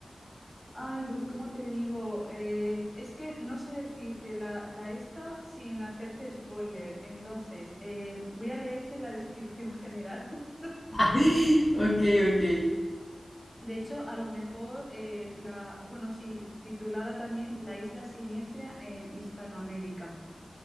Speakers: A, in the centre; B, on the left.
A: Ay, pues como te digo, Eh, es que no sé decirte la, la esta sin hacerte spoiler. Entonces, eh, voy a leerte la descripción general. <laughs>
B: <laughs> Ok, ok.
A: De hecho, a lo mejor eh, la, bueno, sí, titulada también La isla siniestra en Hispanoamérica.